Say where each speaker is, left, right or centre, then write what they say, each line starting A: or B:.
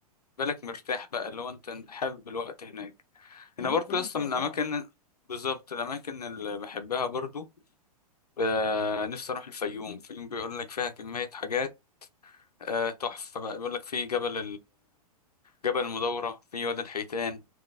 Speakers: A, on the left; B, on the left.
A: بالك مرتاح بقى اللي هو انت انت حابب الوقت هناك
B: وهم
A: انا برضو
B: كلهم
A: يا اسطى
B: شبه
A: من
B: بعض
A: الاماكن بالظبط الاماكن اللي بحبها برضو آه، نفسي اروح الفيوم الفيوم بيقول لك فيها كميه حاجات آه، تحفه بقى بيقول لك في جبل جبل المدورة في وادي الحيتان